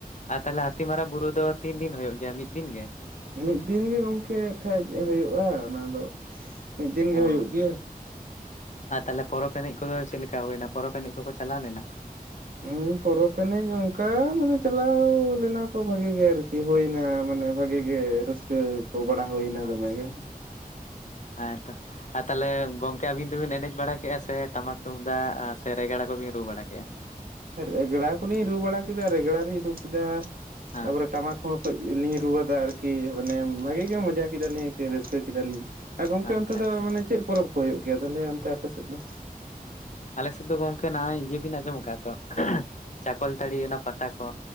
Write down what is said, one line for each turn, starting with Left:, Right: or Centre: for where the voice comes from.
Left: ᱟᱨ ᱛᱟᱦᱚᱞᱮ ᱦᱟᱹᱛᱤ ᱢᱟᱨᱟᱜ ᱵᱩᱨᱩ ᱫᱚ ᱛᱤᱱ ᱫᱤᱱ ᱦᱩᱭᱩᱜ ᱜᱮᱭᱟ ᱢᱤᱫ ᱫᱤᱱ ᱜᱮ?
Right: ᱢᱤᱫ ᱫᱤᱱ ᱜᱤ ᱜᱚᱝᱠᱮ ᱠᱷᱟᱡ ᱦᱳᱭᱳᱼᱟ ᱚᱱᱟ ᱫᱚ ᱢᱤᱫ ᱫᱤᱱ ᱜᱮ
Left: ᱚ
Right: ᱦᱳᱭᱳᱜ ᱜᱮᱭᱟ᱾
Left: ᱟᱨ ᱛᱟᱦᱚᱞᱮ ᱯᱚᱨᱚᱵᱽ ᱮᱱᱮᱡ ᱠᱚᱫᱚ ᱪᱮᱫ ᱞᱮᱠᱟ ᱦᱩᱭᱱᱟ ᱯᱚᱨᱚᱵᱽ ᱮᱱᱮᱡ ᱠᱚᱠᱚ ᱪᱟᱞᱟᱣ ᱞᱮᱱᱟ?
Right: ᱦᱩᱸ ᱯᱚᱨᱚᱵᱽ ᱮᱱᱮᱡ ᱚᱱᱠᱟ ᱢᱟᱱᱮ ᱪᱟᱞᱟᱣ ᱞᱮᱱᱟ ᱵᱷᱟᱜᱤ ᱜᱮ ᱟᱨᱠᱤ ᱦᱩᱭᱱᱟ ᱢᱟᱱᱮ ᱵᱷᱟᱜᱤ ᱜᱮ ᱨᱟᱹᱥᱠᱟᱹ ᱠᱚ ᱵᱟᱲᱟ ᱦᱩᱭᱱᱟ᱾ ᱫᱚᱢᱮ
Left: ᱟᱪᱪᱷᱟ
Right: ᱜᱮ
Left: ᱟᱪᱪᱷᱟ ᱦᱮᱸᱛᱚ ᱟᱨ ᱛᱟᱦᱚᱞᱮ ᱜᱚᱢᱠᱮ ᱪᱤᱠᱟᱹ ᱟᱹᱵᱤᱱ ᱫᱚᱵᱤᱱ ᱮᱱᱮᱡ ᱵᱟᱲᱟ ᱠᱮᱫᱼᱟ, ᱥᱮ ᱴᱟᱢᱟᱠ ᱛᱩᱢᱫᱟᱜ ᱥᱮ ᱨᱮᱜᱟᱲᱲᱟ ᱠᱚᱵᱤᱱ ᱨᱩ ᱵᱟᱲᱟ ᱠᱮᱫᱼᱟ᱾
Right: ᱨᱮᱜᱽᱲᱟ ᱠᱚᱞᱤᱧ ᱨᱩ ᱵᱟᱲᱟ ᱠᱮᱫᱟ, ᱨᱮᱜᱽᱲᱟ ᱨᱤᱧ ᱨᱩ ᱠᱮᱫᱟ
Left: ᱦᱮᱸ
Right: ᱛᱟᱯᱚᱨᱮ ᱴᱟᱢᱟᱠ ᱦᱚᱸ ᱠᱟᱹᱡ ᱞᱤᱧ ᱨᱩᱣᱟᱹᱫᱟ ᱟᱨᱠᱤ ᱢᱟᱱᱮ ᱵᱷᱟᱜᱤ ᱜᱮ ᱢᱚᱡᱟ ᱠᱮᱫᱟᱞᱤᱧ ᱟᱨᱠᱤ ᱨᱟᱹᱥᱠᱟᱹ ᱠᱮᱫᱟᱞᱤᱧ᱾ ᱦᱮᱸ ᱜᱚᱝᱠᱮ
Left: ᱟᱪᱪᱷᱟ
Right: ᱚᱱᱛᱮ ᱫᱚ
Left: ᱟᱪᱪᱷᱟ
Right: ᱢᱟᱱᱮ ᱪᱮᱫ ᱯᱚᱨᱚᱵᱽ ᱠᱚ ᱦᱩᱭᱩᱜ ᱜᱮᱭᱟ ᱛᱟᱦᱚᱞᱮ ᱚᱱᱛᱮ ᱟᱯᱮ ᱥᱮᱫ ᱫᱚ?
Left: ᱟᱞᱮ ᱥᱮᱫ ᱫᱚ ᱜᱚᱝᱠᱮ ᱱᱚᱜᱼᱚᱭ ᱤᱭᱟᱹ ᱵᱤᱱ ᱟᱸᱡᱚᱢ ᱟᱠᱟᱫᱼᱟ ᱛᱚ, ᱪᱟᱠᱚᱞᱛᱟᱹᱲᱤ ᱚᱱᱟ ᱯᱟᱛᱟ ᱠᱚ᱾